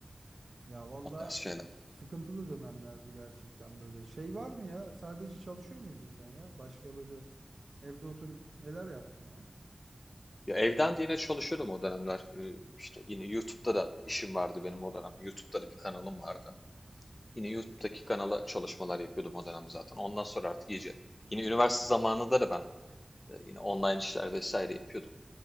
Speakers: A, on the right; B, on the left.
A: ya valla
B: o tarz şeyler.
A: sıkıntılı dönemlerdi gerçekten böyle. Şey var mı ya sadece çalışıyor muydun sen ya? Başka böyle evde oturup neler yaptın ya?
B: Ya evden de yine çalışıyordum o dönemler. E, işte yine YouTube'da da işim vardı benim o dönem. YouTube'da da bir kanalım vardı. Yine YouTube'daki kanala çalışmalar yapıyordum o dönem zaten. Ondan sonra artık iyice. Yine üniversite zamanında da ben e, yine online işler vesaire yapıyordum.